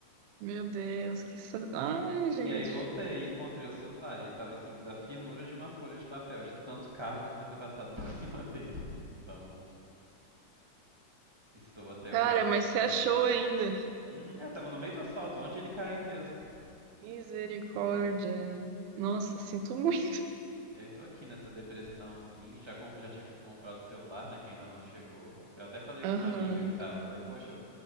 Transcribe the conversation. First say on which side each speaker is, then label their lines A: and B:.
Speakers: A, on the right; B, on the right.
A: Meu Deus, que. sa- Ai, gente.
B: E aí voltei e encontrei o celular. E ele tava assim, da finura de uma folha de papel, de tanto carro que devia ter passado <laughs> por cima dele. Então, estou até
A: Cara,
B: hoje
A: mas
B: sem.
A: você achou ainda?
B: Uhum, é, tava no meio do asfalto, onde ele caiu mesmo.
A: Misericórdia. Nossa, sinto muito.
B: E aí tô aqui nessa depressão assim, já, com- já tive que comprar do celular, né, que ainda não chegou. Eu até falei
A: Aham,
B: com uma amiga que tava, falei, poxa, eu